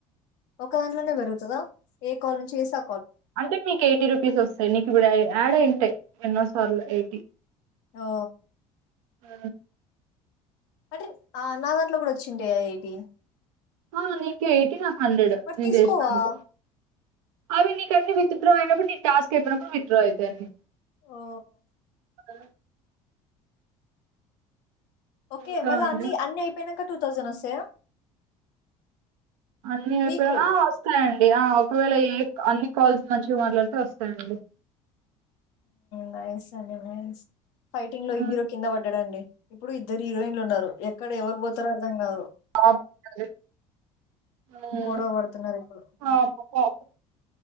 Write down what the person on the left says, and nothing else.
ఒక దాంట్లోనే పెరుగుతదా, ఏ కలో నుంచి చేసా
ఓ
అంటే ఆ నా దాంట్లో కూడా వచ్చింటయ, ఆ ఎయిటి
మరి
తీసుకోవా
ఓ
ఓకే
మళ్ళీ
అన్ని అన్ని అయిపోయినాక టూ థౌసండ్ వస్తాయా
మీకు
నైస్ అండి నైస్ ఫైటింగ్
లో హీరో కింద పడ్డాడండి ఇప్పుడు ఇద్దరు హీరోయిన్లు ఉన్నారు ఎక్కడ ఎవరు పోతారో అర్థం కాదు
గొడవ పడుతున్నారు ఇప్పుడు